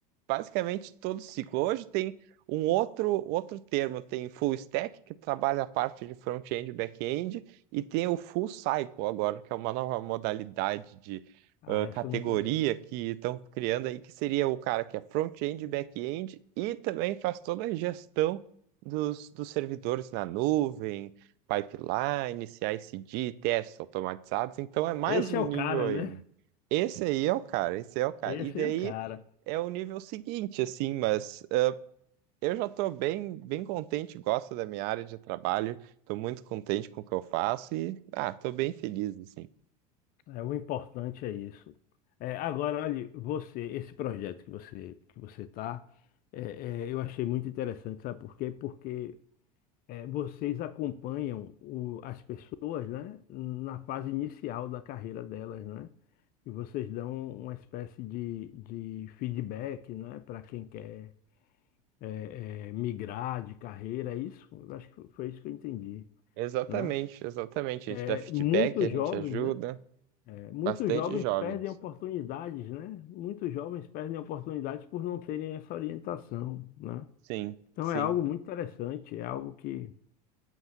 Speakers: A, on the right (about 55°); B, on the left (about 45°).
A: basicamente todo ciclo. Hoje tem um outro outro termo, tem full stack, que trabalha a parte de front-end e back-end, e tem o full cycle agora, que é uma nova modalidade de
B: Ah,
A: ah, categoria
B: esse eu não conheço.
A: que estão criando aí, que seria o cara que é front-end e back-end e também faz toda a gestão dos, dos servidores na nuvem, pipeline, ci d testes automatizados, então é mais
B: Esse
A: um
B: é o
A: nível
B: cara,
A: ainda.
B: né?
A: Esse aí é o cara, esse é o cara.
B: Esse
A: E daí
B: é o cara.
A: é o nível seguinte, assim, mas eh, eu já estou bem, bem contente, gosto da minha área de trabalho, estou muito contente com o que eu faço e, ah, estou bem feliz, assim.
B: É, o importante é isso. É, agora, olha, você, esse projeto que você que você tá, é, é, eu achei muito interessante, sabe por quê? Porque é, vocês acompanham o- as pessoas, né, na fase inicial da carreira delas, né? E vocês dão uma espécie de, de feedback, né, para quem quer é, é, migrar de carreira, é isso? Eu acho que foi isso que eu entendi,
A: Exatamente,
B: né?
A: exatamente.
B: É,
A: A gente dá feedback,
B: muitos
A: a gente
B: jovens,
A: ajuda
B: né? é, muitos
A: bastante
B: jovens
A: jovens.
B: perdem oportunidades, né? Muitos jovens perdem oportunidades por não terem essa orientação, né?
A: Sim,
B: Então
A: sim.
B: é algo muito interessante, é algo que